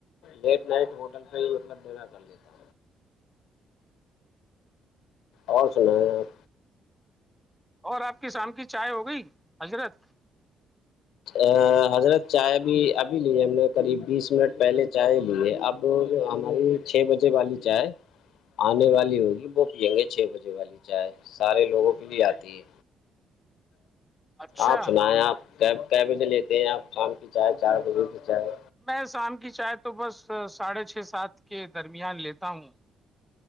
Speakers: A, on the left (about 80°); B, in the centre.
A: لیٹ نائٹ ہوٹل پہ ہی مطلب دینا کر لیتا ہے اور سنا ہے آپ
B: اور آپ کی شام کی چائے ہو گئی حضرت
A: ا حضرت چائے بھی ابھی لی ہے ہم نے قریب بیس منٹ پہلے چائے لی ہے اب تو ہماری چھ بجے والی چائے آنے والی ہوگی وہ پیئیں گے چھ بجے والی چائے سارے لوگوں کے لیے آتی ہے
B: اچھا
A: آپ سنا ہے آپ کی بجے لیتے ہیں آپ شام کی چائے چار بجے کی چائے
B: میں شام کی چائے تو بس ساڑھے چھ سات کے درمیان لیتا ہوں